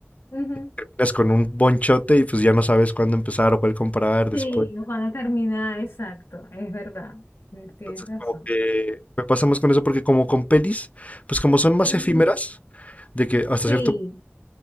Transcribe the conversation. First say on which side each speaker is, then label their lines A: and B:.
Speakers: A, on the left (about 75°); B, on the left (about 30°).
A: Ujú.
B: Terminas con un bonchote y pues ya no sabes cuándo empezar o cuál comprar después.
A: Sí, Juana termina, exacto, es verdad, eh, tienes
B: Entonces
A: razón.
B: como que me pasa más con eso porque como con pelis, pues como son más
A: Ujú.
B: efímeras, de que hasta
A: Sí,
B: cierto,